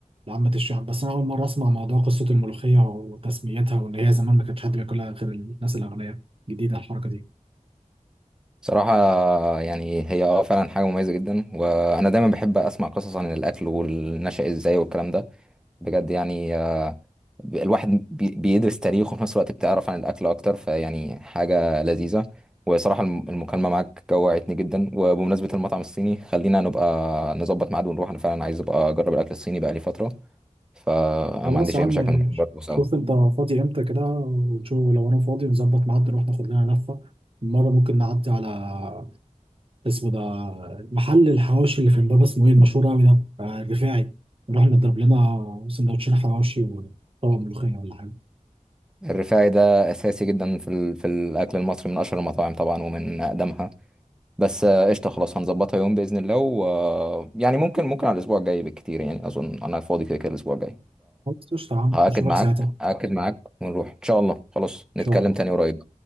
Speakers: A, on the right; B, in the centre.
A: لعامه الشعب بس انا اول مره اسمع موضوع قصه الملوخيه وتسميتها وان هي زمان ما كانش حد بياكلها غير الناس الاغنياء جديده الحركه دي
B: صراحة يعني هي اه فعلا حاجة مميزة جدا وأنا دايما بحب أسمع قصص عن الأكل والنشأ إزاي والكلام ده بجد يعني آه، الواحد بي- بيدرس تاريخ وفي نفس الوقت بتعرف عن الأكل أكتر فيعني حاجة لذيذة وصراحة الم- المكالمة معاك جوعتني جدا وبمناسبة المطعم الصيني خلينا نبقى نظبط ميعاد ونروح أنا فعلا عايز أبقى أجرب الأكل الصيني بقالي فترة فما
A: خلاص
B: عنديش
A: يا
B: أي
A: عم
B: مشاكل نروح برضه سوا
A: شوف انت فاضي امتى كده وشوف لو انا فاضي نظبط ميعاد نروح ناخد لنا لفة المرة ممكن نعدي على اسمه ده محل الحواوشي اللي في امبابة اسمه ايه المشهور قوي ده آه، الرفاعي نروح نضرب لنا سندوتشين حواوشي وطبق ملوخية ولا حاجة
B: الرفاعي ده اساسي جدا في ال... في الاكل المصري من اشهر المطاعم طبعا ومن اقدمها بس آه، قشطه خلاص هنظبطها يوم باذن الله و... آه، يعني ممكن ممكن على الاسبوع الجاي بالكتير يعني اظن انا فاضي كده كده الاسبوع الجاي
A: خلاص قشطة يا عم
B: فهاكد
A: نشوفك
B: معاك
A: ساعتها ان
B: هاكد معاك ونروح ان شاء الله خلاص
A: شاء
B: نتكلم
A: الله
B: تاني قريب